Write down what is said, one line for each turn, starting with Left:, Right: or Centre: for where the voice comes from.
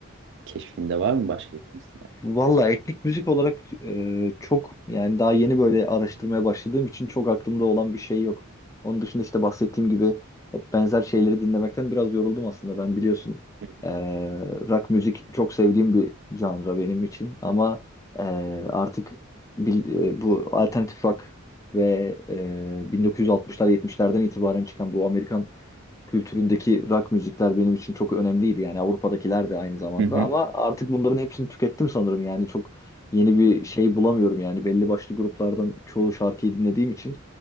Right: Keşfinde var mı başka kimse?
Left: Valla etnik müzik olarak e, çok yani daha yeni böyle araştırmaya başladığım için çok aklımda olan bir şey yok. Onun dışında işte bahsettiğim gibi hep benzer şeyleri dinlemekten biraz yoruldum aslında. Ben biliyorsun
Right: Hı
Left: e,
Right: hı.
Left: rock müzik çok sevdiğim bir canra benim için ama e, artık bil- e, bu alternatif rock ve e, 1960'lar 70'lerden itibaren çıkan bu Amerikan kültüründeki rock müzikler benim için çok önemliydi. Yani Avrupa'dakiler de aynı zamanda
Right: Hı hı.
Left: ama artık bunların hepsini tükettim sanırım. Yani çok yeni bir şey bulamıyorum yani belli başlı gruplardan çoğu şarkıyı dinlediğim için